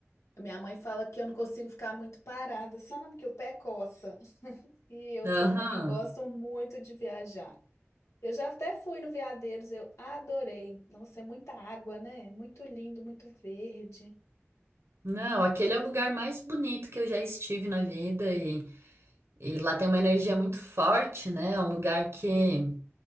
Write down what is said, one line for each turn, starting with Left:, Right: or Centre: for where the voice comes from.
Left: Minha mãe fala que eu não consigo ficar muito parada, sabe? Que o pé coça. E eu
Right: Aham.
Left: também gosto muito de viajar. Eu já até fui no Veadeiros, eu adorei. Nossa, é muita água, né? Muito lindo, muito verde.
Right: Não, aquele é o lugar mais bonito que eu já estive na vida e, e lá tem uma energia muito forte, né? É um lugar que,